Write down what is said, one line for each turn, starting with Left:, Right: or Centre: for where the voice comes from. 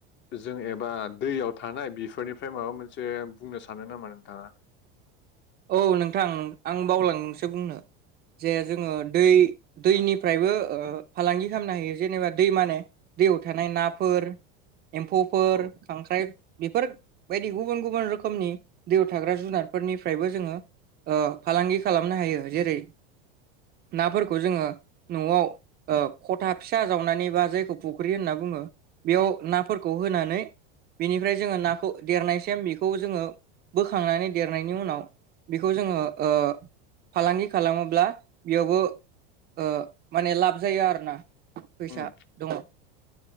Left: जों एबा दैयाव थानाय बेफोरनिफ्राय माबा मोनसे बुंनो सानो नामा नोंथाङा?
Right: औ नोंथां आं बावलांदोंसो बुंनो जे
Left: औ
Right: जोङो दै दैनिफ्रायबो फालांगि खालामनो होयो जेनेबा दै माने दैयाव थानाय नाफोर एम्फौफोर
Left: औ
Right: खांख्राइ बेफोरबायायदि गुबुन गुबुन रोखोमनि दैयाव थाग्रा जुनारफोरनि फ्रायबो जोङो फालांगि खालामनो हायो जेरै नाफोरखौ जोङो न'आव खथा फिसा जावनानै बा जायखौ फुख्रि होनना बुङो बेयाव नाफोरखौ होनानै बेनिफ्राय जोङो नाखौ देरनायसिम बेखौ जोङो बोखांनानै देरनायनि उनाव बेखौ जोङो ओ फालांगि खालामोब्ला बेयावबो ओ माने लाब जायो आरोना फैसा
Left: उम
Right: दङ